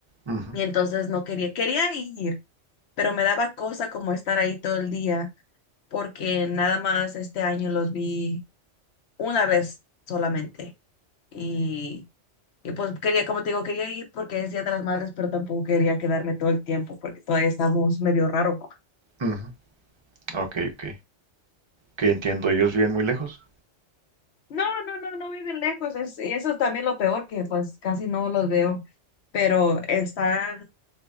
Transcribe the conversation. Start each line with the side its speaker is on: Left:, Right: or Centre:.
Right: Ujú,
Left: y entonces no quería, quería ir, pero me daba cosa como estar ahí todo el día porque nada más este año los vi una vez solamente y, y pues quería, como te digo, quería ir porque es Día de las Madres, pero tampoco quería quedarme todo el tiempo porque todavía estamos medio raro.
Right: ujú. Ok, ok. Que entiendo, ellos viven muy lejos.
Left: No, no, no, no viven lejos. Es, y eso es también lo peor, que pues casi no los veo. Pero están